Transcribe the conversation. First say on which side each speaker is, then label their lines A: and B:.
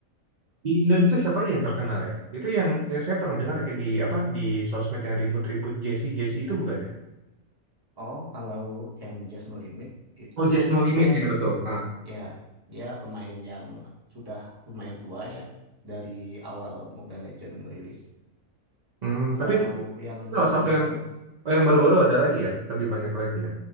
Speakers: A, on the right (about 50°); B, on the right (about 20°).
A: Di Indonesia siapa aja yang terkenal ya? Itu yang, yang saya pernah dengar kayak di apa di sosmed yang ribut-ribut Jesse Jesse itu bukan ya?
B: Oh, kalau yang Just No Limit itu
A: Oh, Just No Limit
B: dia
A: ya betul. Ah.
B: ya dia pemain yang sudah lumayan tua ya dari awal Mobile Legends rilis.
A: Hmm,
B: Kalau
A: tapi itu
B: yang
A: Oh,
B: baru-baru,
A: satu yang oh, yang baru-baru
B: hmm,
A: ada lagi ya, lebih banyak lagi ya.